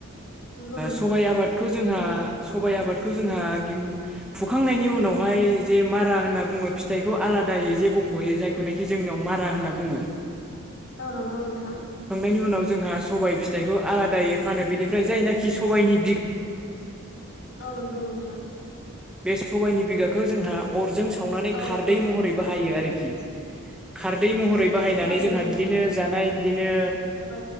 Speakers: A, on the left; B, in the centre.
A: नंगौ नोंथां
B: सबाइ आबादखौ जोंहा सबाइ आबादखौ जोंहा फुखांनायनि उनावहाय जे मारा होनना बुङो फिथाइखौ आलादायै जे बख'यो जाय बेखौनोखि जोंनाव मारा होनना बुङो।
A: औ नंगौ नोंथां।
B: नि उनाव जोंहा सबाय फिथाइखौ आलादायै फानो बेनिफ्राय जायनाखि सबायनि
A: औ नंगौ नोंथां।
B: बे सबाइनि बिगाखौ जोंहा अरजों सावनानै
A: औ
B: खारदै
A: नंगौ नोंथां।
B: महरै बाहायो आरोखि। खारदै महरै बाहायनानै
A: खोनादोंना
B: जोंहा
A: नोंथाङा?
B: बिदिनो जानाय बिदिनो
A: औ